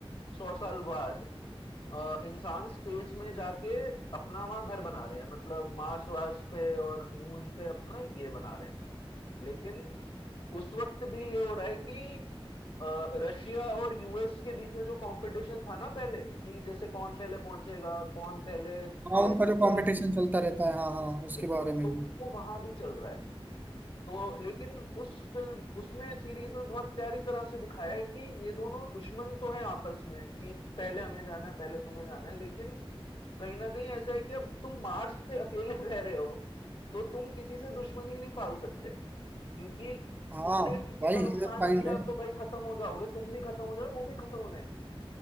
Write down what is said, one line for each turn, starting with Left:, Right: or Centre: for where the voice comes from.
Left: सौ साल बाद अ, इंसान स्पेस में जाके अपना वहां घर बना रहे हैं मतलब मार्स वार्स पे और मून पे अपना ये बना रहे हैं लेकिन उस वक्त भी ये हो रहा है कि अ, रशिया और यूएस के बीच में जो कंपटीशन था ना पहले कि जैसे कौन पहले पहुंचेगा कौन पहले
Right: हाँ
Left: स्पेस
Right: उनका
Left: में
Right: जो
Left: जाए
Right: कंपटीशन चलता रहता है हाँ हाँ उसके
Left: बिल्कुल
Right: बारे में
Left: तो वो वहां भी चल रहा है तो लेकिन उस फिल्म उसमें सीरीज में बहुत प्यारी तरह से दिखाया है कि ये दोनों दुश्मन तो हैं आपस में कि पहले हमें जाना है पहले तुम्हें जाना है लेकिन कहीं ना कहीं ऐसा है कि अब तुम मार्स पे अकेले <laughs> रह रहे हो तो तुम किसी से दुश्मनी नहीं पाल सकते क्योंकि
Right: हाँ
Left: तुमने किसी
Right: भाई
Left: का
Right: ह्यूमन
Left: नुकसान
Right: काइंड
Left: किया
Right: है
Left: तो भाई खत्म हो जाओगे तुम भी खत्म हो जाओगे वो भी खत्म हो जाएंगे